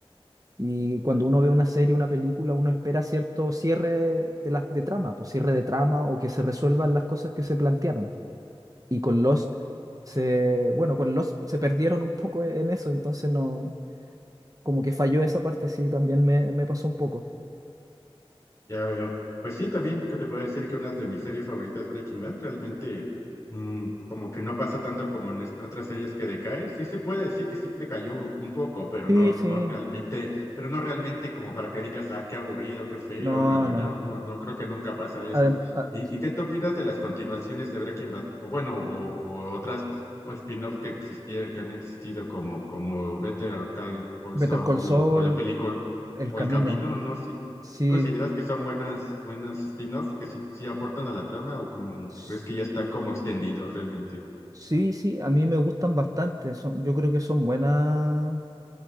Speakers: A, on the right; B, on the left.
A: y cuando uno ve una serie, una película, uno espera cierto cierre de, las de trama, pues cierre de trama o que se resuelvan las cosas que se plantearon. Y con Lost se, bueno, con Lost se perdieron un poco e, en eso, entonces no, como que falló esa parte, sí, también me, me pasó un poco.
B: Ya veo. Pues sí, también que te puedo decir que una de mis series favoritas es Breaking Bad. Realmente, mm, como que no pasa tanto como en est- otras series que decae. Sí se puede decir que sí decayó un poco, pero
A: Sí,
B: no,
A: sí,
B: no realmente, pero no realmente como para que digas, ah, qué aburrido, qué feo,
A: no,
B: lo arruinaron.
A: no.
B: No, no creo que nunca pasa eso.
A: Adem- a-
B: ¿Y, y qué te opinas de las continuaciones de Breaking Bad? O bueno, o, o otras o spin-offs que existía, que han existido como, como Better Call
A: Better
B: Saul
A: Call Saul,
B: o, o la película.
A: El
B: O
A: Camino,
B: El Camino, no sé
A: sí,
B: ¿Consideras que son buenas, buenas spin-offs que sí, sí aportan a la trama o como
A: s-
B: crees que ya está como extendido realmente?
A: sí,
B: Ah,
A: sí, a mí me gustan bastante, son, yo creo que son buenas